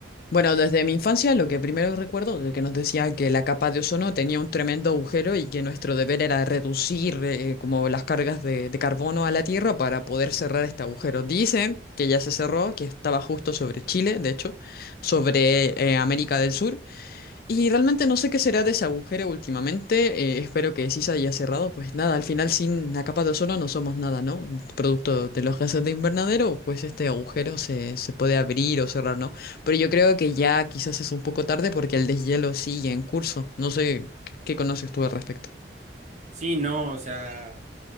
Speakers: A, on the left; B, on the right.
A: Bueno, desde mi infancia lo que primero recuerdo es que nos decían que la capa de ozono tenía un tremendo agujero y que nuestro deber era reducir eh, como las cargas de, de carbono a la Tierra para poder cerrar este agujero. Dicen que ya se cerró, que estaba justo sobre Chile, de hecho, sobre eh, América del Sur. Y realmente no sé qué será de ese agujero últimamente. eh, espero que sí se haya cerrado. Pues nada, al final sin la capa de ozono no somos nada, ¿no? Producto de los gases de invernadero, pues este agujero se, se puede abrir o cerrar, ¿no? Pero yo creo que ya quizás es un poco tarde porque el deshielo sigue en curso. No sé qué conoces tú al respecto.
B: Sí, no, o sea,